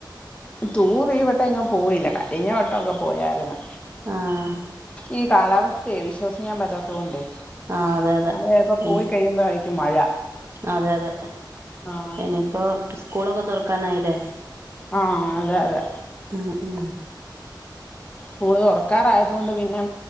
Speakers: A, on the left; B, on the right.
A: ടൂറ് ഈ വട്ടം ഇങ്ങങ് പോയില്ല കരിഞ്ഞവട്ടക്കെ പോയരുന്നു
B: ആഹ്
A: ഈ കാലാവസ്ഥയെ വിശ്വസിക്കാൻ പറ്റാത്തതു കൊണ്ടെ
B: ആ അതെ അതെ
A: നമ്മളപ്പോ പോയി
B: ഈ
A: കഴിയുമ്പ ആയിരിക്കും മഴ
B: അതെ അതെ
A: ആഹ്
B: ഇനിയിപ്പോ സ്കൂളൊക്കെ തുറക്കാനായില്ലേ
A: ആഹ് അതെ അതെ
B: ഉം <inaudible>
A: കൂടുതൽ ഉറക്കാറായതുകൊണ്ട് പിന്നെ